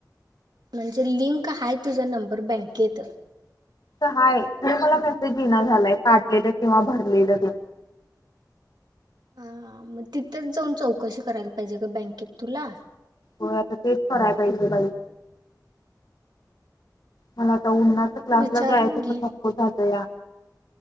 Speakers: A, on the right; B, on the left.
A: म्हणजे लिंक हाय तुझा नंबर बँकेत.
B: हाय खर मला मेसेज इना झालाय काढलेलं. काढलेलं किंवा भरलेलं तेन.
A: हा मग तिथंच जाऊन चौकशी करायला पाहिजे गं बँकेत तुला.
B: होय आता तेच कराय पाहिजे बाई. मला आता उन्हाच क्लासला
A: विचारून
B: जायचं
A: घे.
B: पण नको झालंया.